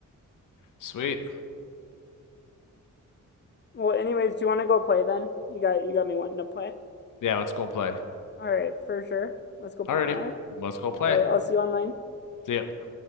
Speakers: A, on the left; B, on the left.
A: Sweet.
B: Well, anyways, do you want to go play then? You got you got me wanting to play.
A: Yeah, let's go play.
B: All right, for sure. Let's go play
A: Alrighty,
B: Valorant.
A: let's go play.
B: All right, I'll see you online.
A: See ya.